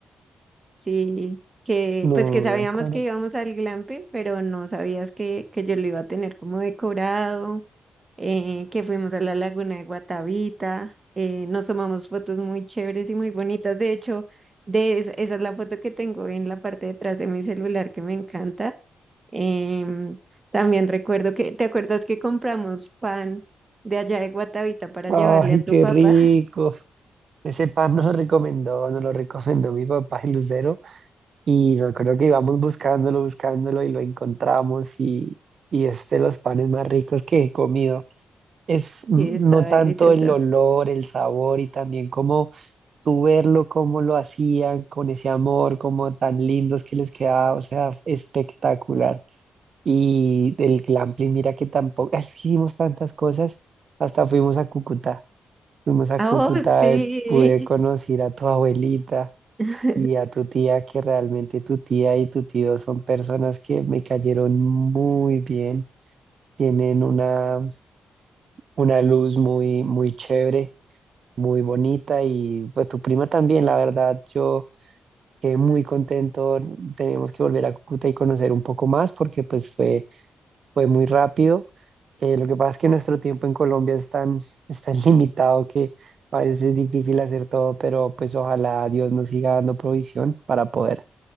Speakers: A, on the right; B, on the right.
A: sí, que
B: No
A: pues que sabíamos
B: me acuerdo.
A: que íbamos al glamping, pero no sabías que, que yo lo iba a tener como decorado, eh, que fuimos a la laguna de Guatavita, eh, nos tomamos fotos muy chéveres y muy bonitas, de hecho, de es- esa es la foto que tengo en la parte de atrás de mi celular que me encanta. Em, también recuerdo que, ¿te acuerdas que compramos pan de allá de Guatavita para
B: Ay,
A: llevarle a tu
B: qué
A: papá?
B: rico. Ese pan nos lo recomendó, nos lo recomendó mi papá, el Lucero. Y me acuerdo que íbamos buscándolo, buscándolo y lo encontramos y, y es de los panes más ricos que he comido. Es n-
A: Sí, está
B: no tanto
A: deliciosa.
B: el olor, el sabor y también como tú verlo, cómo lo hacían con ese amor, como tan lindos que les quedaba, o sea, espectacular. Y el glamping, mira que tampoco, <laughs> hicimos tantas cosas, hasta fuimos a Cúcuta, fuimos a
A: Ah,
B: Cúcuta,
A: Oh, sí.
B: eh, pude conocer a tu abuelita
A: <laughs>
B: y a tu tía, que realmente tu tía y tu tío son personas que me cayeron muy bien, tienen una, una luz muy, muy chévere, muy bonita y pues tu prima también, la verdad, yo quedé muy contento, tenemos que volver a Cúcuta y conocer un poco más porque pues fue, fue muy rápido. Eh, lo que pasa es que nuestro tiempo en Colombia es tan, es tan <laughs> limitado que a veces es difícil hacer todo, pero pues ojalá Dios nos siga dando provisión para poder.